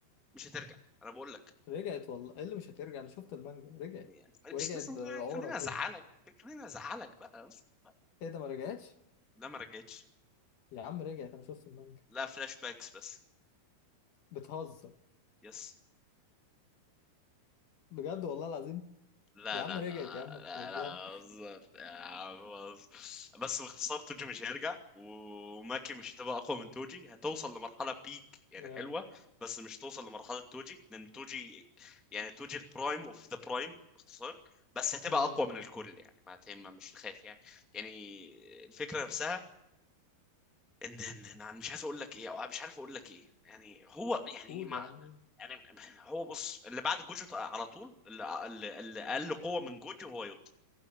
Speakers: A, in the centre; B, on the left.
A: مش هترجع أنا بقول لك
B: رجعت والله ايه اللي مش هترجع انا شفت المانجا رجعت
A: يعني
B: ورجعت
A: مش لازم
B: بعورة
A: خليني أزعلك
B: كده
A: خليني أزعلك بقى اسكت بقى
B: ايه ده ما رجعتش
A: لا ما رجعتش
B: يا عم رجعت انا شفت المانجا
A: لا فلاش باكس بس
B: بتهزر
A: يس
B: بجد والله العظيم
A: لا
B: يا
A: لا
B: عم رجعت
A: لا
B: يا عم بتهزر
A: لا لا هزار يا عم هزار. بس باختصار توجي مش هيرجع وماكي مش هتبقى اقوى من توجي هتوصل لمرحله بيك يعني
B: آه.
A: حلوه بس مش توصل لمرحله توجي لان توجي يعني توجي البرايم اوف ذا برايم باختصار بس هتبقى
B: امم
A: اقوى من الكل يعني ما تهم مش خايف يعني يعني الفكره نفسها ان ان إن انا مش عايز اقول لك ايه او مش عارف اقول لك ايه يعني هو يعني
B: قول
A: ما
B: يا عم قول.
A: يعني هو بص اللي بعد جوجو على طول اللي, اللي اللي اقل قوه من جوجو هو يوتا